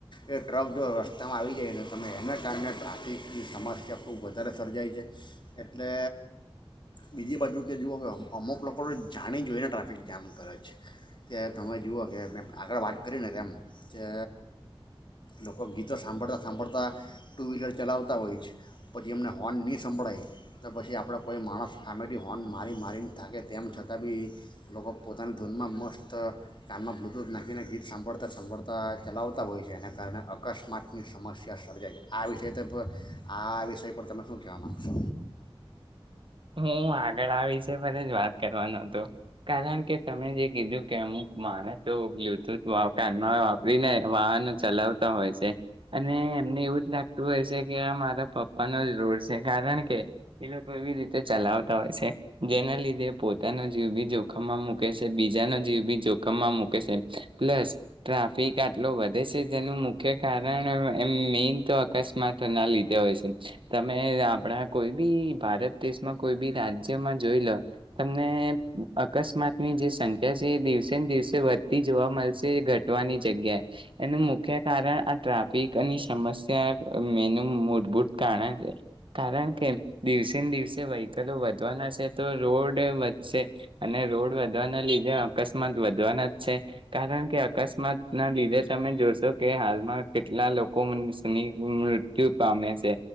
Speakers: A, on the left; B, on the right.
A: એ ટ્રક જો રસ્તામાં આવી જાયને તમે એને કારણે ટ્રાફિકની સમસ્યા ખૂબ વધારે સર્જાય છે એટલે બીજી બાજુ કે જુઓ કેમ. અમુક લોકો જાણી જોઈને ટ્રાફિક જામ કરે છે કે તમે જુઓ કે મેં આગળ વાત કરીને તેમ કે લોકો ગીતો સાંભળતાં સાંભળતાં ટુ વ્હીલર ચલાવતા હોય છે પછી એમને હોર્ન નહીં સંંભળાય તો પછી આપણે કોઈ માણસ આમેથીી હોર્ન મારી મારીને. થાકે તેમ છતાં બી લોકો પોતાની ધૂનમાં મસ્ત કાનમાં બ્લુટૂથ નાખીને ગીત સાંભળતા સાંભળતા ચલાવતા હોય છે એના કારણે અકસ્માતની સમસ્યા સર્જાય છે આ વિષય આ વિષય પર તમે શું કહેવા માગશો.
B: હમ આ. આ વિષ પર જ વાત કરવાનો હતો કારણ કે. તમે જે કીધું કે અમુક માણસો બ્લુટૂથ કાનમાં વાપરીને વાહનો ચલાવતા હોય છે અને એમને એવું જ લાગતું હોય છે કે આ મારા પપ્પાનોો જ રોડ છે કારણ કે એ લોકો એવી રીતે. તે ચલાવતા હોય છે જેના લીધે પોતાનો જીવ બી જોખમમાં મૂકે છે બીજાનો જીવ બી જોખમમાં મૂકે છે પ્લસ ટ્રાફિક આટલો વધે છે જેનું મુખ્ય કારણ એમ મેન તો અકસ્માતો ના લીધે હોય છે તમે આપણા કોઈ બી ભારત. દેશમાં કોઈ બી રાજ્યમાં જોઈ લો તમને અકસ્માતની જે સંખ્યા છે એ દિવસે ને દિવસે વધતી જોવા મળશે ઘટવાની જગ્યાએ એનું મુખ્ય કારણ આ ટ્રાફિકની સમસ્યા એનું મૂળભૂત કારણ છે કારણ કે દિવસેને દિવસે. વ્હીકલો વધવાના છે તો રોડ વધશે અને રોડ વધવાના લીધે અકસ્માત વધવાના જ છે કારણ કે અકસ્માત ના લીધે તમે જોશો કે હાલમાં કેટલા લોકો મૃત્યુ પામ્યા છે